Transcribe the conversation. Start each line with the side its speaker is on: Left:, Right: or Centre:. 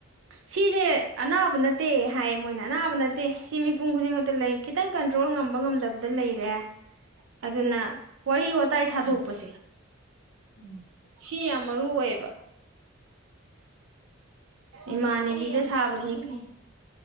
Right: ꯁꯤꯗꯤ ꯑꯅꯥꯕ ꯅꯠꯇꯦ ꯍꯥꯏꯌꯦ ꯃꯣꯏꯅ ꯑꯅꯥꯕ ꯅꯠꯇꯦ ꯁꯤ ꯃꯤꯄꯨꯝ ꯈꯨꯗꯤꯡꯃꯛꯇ ꯂꯩ ꯈꯤꯇꯪ ꯀꯟꯇ꯭ꯔꯣꯜ ꯉꯝꯕ ꯉꯝꯗꯕꯗ ꯂꯩꯔꯦ ꯑꯗꯨꯅ ꯋꯥꯔꯤ ꯋꯥꯇꯥꯏ ꯁꯥꯗꯣꯛꯄꯁꯦ
Left: ꯎꯝ ꯎꯝ
Right: ꯀꯤ ꯌꯥꯝ ꯃꯔꯨ ꯑꯣꯏꯌꯦꯕ ꯏꯃꯥꯟꯅꯦꯕꯤꯗ
Left: ꯑꯩ ꯌꯥꯝ
Right: ꯁꯥꯕꯅꯤ
Left: ꯁꯥꯎꯒꯜꯂꯤꯅꯦ